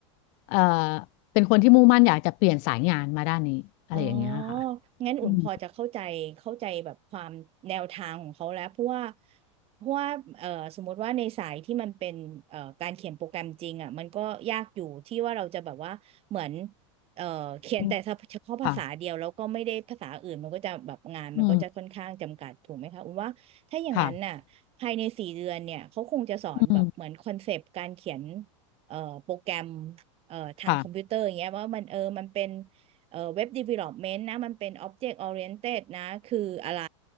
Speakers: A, on the left (about 50°); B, on the right (about 35°).
A: เอ่อเป็นคนที่มุ่งมั่นอยากจะเปลี่ยนสายงานมาด้านนี้อะไรอย่างเงี้ยค่ะ
B: อ๋องั้นอุ่นพอจะเข้าใจเข้าใจแบบความแนวทางของเขาแล้วเพราะว่า
A: อืม
B: เพราะว่าเอ่อสมมติว่าในสายที่มันเป็นเอ่อการเขียนโปรแกรมจริงอ่ะมันก็ยากอยู่ที่ว่าเราจะแบบว่าเหมือนเอ่อเขียนแต่เฉพาะภาษาเดียวแล้วก็ไม่ได้ภาษาอื่นมันก็จะแบบงานมันก็จะค่อนข้างจำกัดถูกไหมคะอุ่นว่าถ้าอย่างนั้นน่ะภายในสี่เดือนเนี่ยเขาคงจะสอนแบบเหมือนคอนเซปต์การเขียน
A: อืมค่ะอืมค่ะอืม
B: เอ่อโปรแกรมเอ่อทางคอมพิวเตอร์อย่างเงี้ยว่ามันเออมันเป็น
A: ค่ะ
B: เอ่อเว็บดีเวล็อปเมนต์นะมันเป็น Object Oriented นะคืออะไร